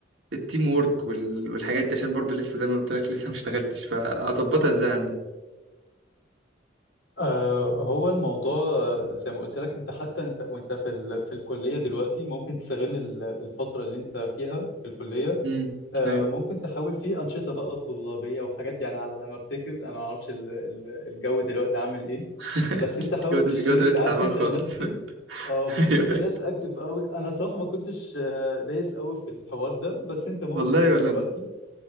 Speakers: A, on the right; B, on the left.
A: التيم وورك وال- والحاجات دي عشان برضو لسه زي ما قلت لك لسه ما اشتغلتش فاظبطها ازاي عندي
B: آه هو الموضوع آه، زي ما قلت لك انت حتى انت وانت في ال... في الكلية دلوقتي ممكن تستغل ال- الفترة اللي انت فيها في الكلية
A: امم
B: آه،
A: ايوه
B: ممكن تحاول في أنشطة بقى طلابية وحاجات يعني على ما أفتكر أنا ما أعرفش ال- ال- الجو دلوقتي عامل إيه
A: <laughs>
B: بس أنت حاول
A: الجو الجو
B: تشترك
A: دلوقتي
B: عارف
A: تعبان
B: أنت
A: خالص
B: الناس دي
A: <laughs>
B: اه بيكون
A: ايوه
B: في
A: أيوة.
B: ناس أكتف أوي أنا صراحة ما كنتش آه، دايس أوي في الحوار ده بس أنت ممكن
A: والله
B: من دلوقتي
A: ولا انا